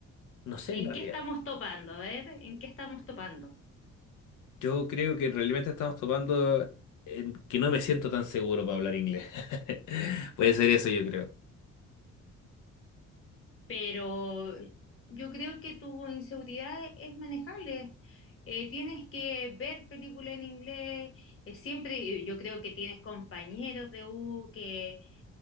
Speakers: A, on the left (about 80°); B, on the left (about 45°).
A: No sé
B: ¿En
A: en realidad.
B: qué estamos topando? A ver, ¿en qué estamos topando?
A: Yo creo que realmente estamos topando en que no me siento tan seguro para hablar inglés. <laughs> Puede ser eso, yo creo.
B: Pero yo creo que tu inseguridad es manejable. Eh, tienes que ver películas en inglés. eh, siempre yo creo que tienes compañeros de U que,